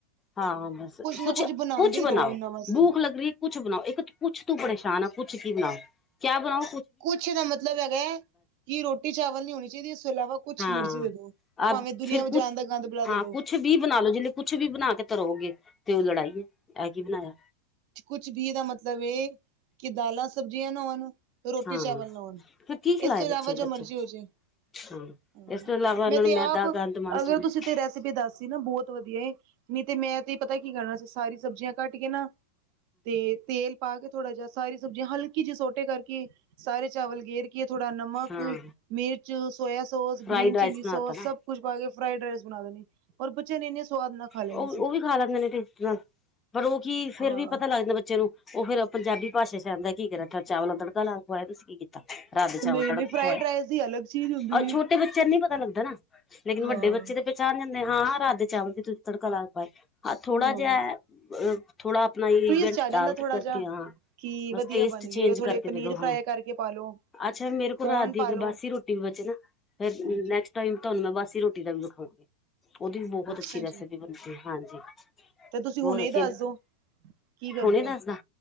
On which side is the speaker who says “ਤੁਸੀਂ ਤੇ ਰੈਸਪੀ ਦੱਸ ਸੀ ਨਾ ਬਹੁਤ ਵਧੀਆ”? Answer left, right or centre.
Right